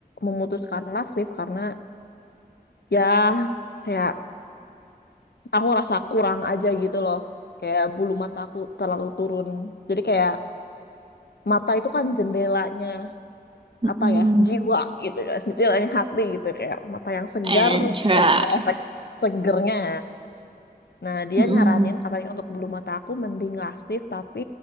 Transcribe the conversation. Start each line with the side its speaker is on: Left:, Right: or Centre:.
Left: memutuskan last lift karena ya kayak aku rasa kurang aja gitu loh kayak bulu mata aku terlalu turun jadi kayak mata itu kan jendelanya
Right: Mm-mm.
Left: apa ya jiwa gitu kan jendelanya hati gitu kayak mata yang segar
Right: And try.
Left: kayak ada efek segernya nah dia
Right: Mm-mm.
Left: nyaranin katanya untuk bulu mata aku mending lasif tapi